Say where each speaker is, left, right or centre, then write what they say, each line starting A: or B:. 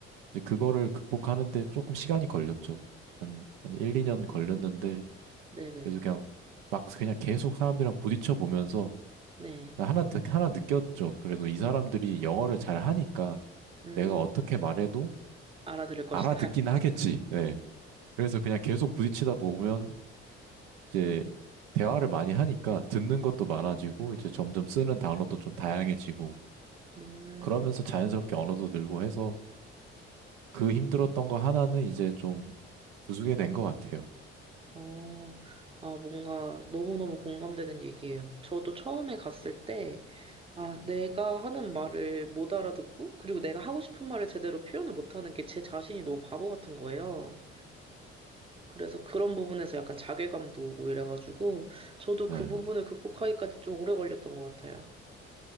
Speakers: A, on the right; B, on the right.
A: 이제 그거를 극복하는데 조금 시간이 걸렸죠. 한, 한 1, 2년
B: 음,
A: 걸렸는데
B: 네네,
A: 그래서 그냥 막 그냥 계속 사람들이랑 부딪혀 보면서
B: 네.
A: 하나 느- 하나 느꼈죠. 그래도 이 사람들이 영어를 잘 하니까
B: 음,
A: 내가 어떻게 말해도
B: 알아들을 것이다.
A: 알아듣긴
B: <laughs>
A: 하겠지. 예. 그래서 그냥 계속 부딪히다
B: 네.
A: 보면 이제 대화를 많이 하니까 듣는 것도 많아지고 이제 점점 쓰는 단어도 좀 다양해지고
B: 음,
A: 그러면서 자연스럽게 언어도 늘고 해서 그 힘들었던
B: 음,
A: 거 하나는 이제 좀 부수게 된 것 같아요.
B: 어, 아, 뭔가 너무너무 공감되는 얘기예요. 저도 처음에 갔을 때, 아, 내가 하는 말을 못 알아듣고, 그리고 내가 하고 싶은 말을 제대로 표현을 못하는 게 제 자신이 너무 바보 같은 거예요. 그래서 그런 부분에서 약간 자괴감도 오고 이래가지고, 저도
A: 네.
B: 그 부분을 극복하기까지 좀 오래 걸렸던 것 같아요.